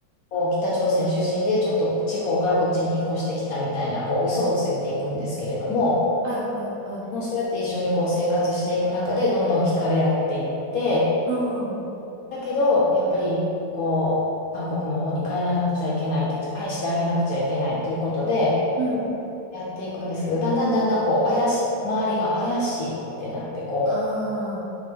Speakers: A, on the left; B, on the right.
A: こう北朝鮮出身でちょっと地方からこっちに引っ越してきたみたいなこう嘘をついていくんですけれども、
B: はいはいはい。
A: もうそうやって一緒にこう生活していく中でどんどん惹かれ合っていって、
B: うん、
A: だけどやっぱりこう韓国の方に帰らなくちゃいけないという返してあげなくちゃいけないということで
B: うん。
A: やっていくんですけど、だんだんだんだんこう怪し、周りが怪しいってなってこう。
B: ああ、